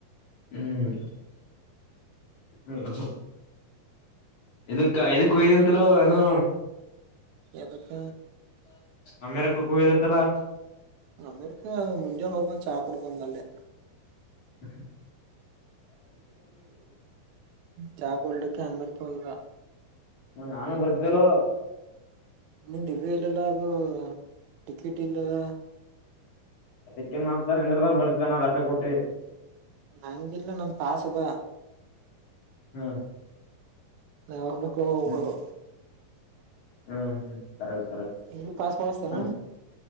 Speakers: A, on the left; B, on the right.
A: ಹ್ಮ್ ಹ್ಮ. ಇದಕ್ಕ ಇದಕ್ಕ ಹೋಗಿದಂತಲೊ ಏನೂ.
B: ಯದಕ್ಕ.
A: ಅಮೆರಿಕಕ್ ಹೋಗಿದಂತಲ್ಲ.
B: ಅಮೇರಿಕಾ ಮುಂಜಲ್ ಹೋಗಿ ಚಾ ಕುಡಿದು ಬಂದೆ ಅಲ್ಲಿ.
A: ಯಾ <unintelligible>
B: ಚಾ ಕುಡಿಲಿಕ ಅಮೇರಿಕಾಕ ಹೋಗಿದ್ದ.
A: ಮ ನಾನು ಬರ್ತಿದ್ದಲ್ಲೋ.
B: ನಿಂದು ಇದು ಇಲ್ಲಲ, ಅದು ಟಿಕೀಟ್ ಇಲ್ಲಲ್ಲ,
A: ಅದಕ್ಕನ್ತ ನಿಂದರ್ಲಕ್ಕ ಬರ್ತಿದ್ದೆ ರೊಕ್ಕ ಕೊಟ್ಟಿ.
B: ನಂದಿಲ್ಲ ನಂದು ಪಾಸದ.
A: ಹ್ಮ್.
B: ಯಾವಾಗ್ ಬೇಕ್ ಅವಾಗ ಹೋಗೋದು.
A: ಹ್ಮ್ ಹ್ಮ್ ಹ್ಮ್ ಕರೆಕ್ಟ್ ಕರೆಕ್ಟ್
B: ಇಲ್ಲಿ ಪಾಸ್ ಮಾಡಿಸ್ತಾನ
A: ಹ